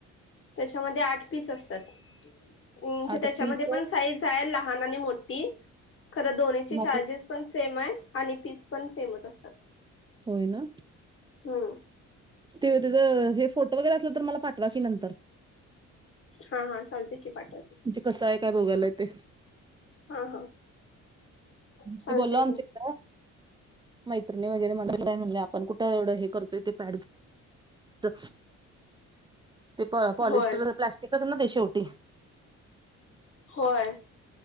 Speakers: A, on the left; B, on the right.
A: त्याच्यामध्ये आठ पीस असतात
B: आता
A: त्याच्यामध्ये
B: पीस
A: पण साईज आहे लहान मोठी खर दोन्हीची
B: मग
A: चार्जेस पण सेम आहे आणि फीस पण सेमच असतात
B: होयना
A: हम
B: ते तेज हे फोटो वगैरे असल तर मला पाठवा कि नंतर
A: हा हा चालते की पाठवते
B: म्हणजे कसं आहे काय बोघायला येतय
A: हा हा चालतय
B: ते बोललो आमच
A: की
B: का मैत्रिणी वगैरे मना काय म्हणले आपण कुठं एवढं हे करतोय ते पॅड तर ते प पॉलिस्टर
A: होय
B: प्लास्टिकच ना ते शेवटी
A: होय